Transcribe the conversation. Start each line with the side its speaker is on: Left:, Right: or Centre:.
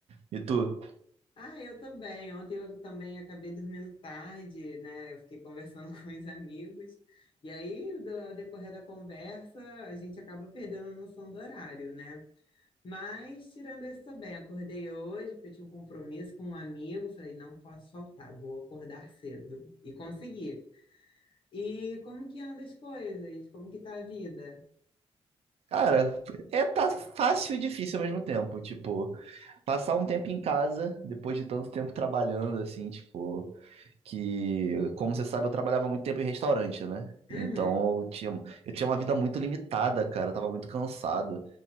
Right: E tu?
Left: Ah, eu tô bem. Ontem eu também acabei dormindo tarde, né? Eu fiquei conversando <laughs> com os amigos. E aí, do- ao decorrer da conversa, a gente acaba perdendo a noção do horário, né? Mas, tirando isso, tô bem. Acordei hoje porque eu tinha um compromisso com um amigo. Falei, não posso faltar, vou acordar cedo. E consegui. E como que anda as coisas? Como que tá a vida?
Right: Cara, é tá fácil e difícil ao mesmo tempo. Tipo, Passar um tempo em casa, depois de tanto tempo trabalhando, assim, tipo, que, como você sabe, eu trabalhava muito tempo em restaurante, né? Então
Left: Uhum.
Right: eu tinha, eu tinha uma vida muito limitada, cara, eu tava muito cansado.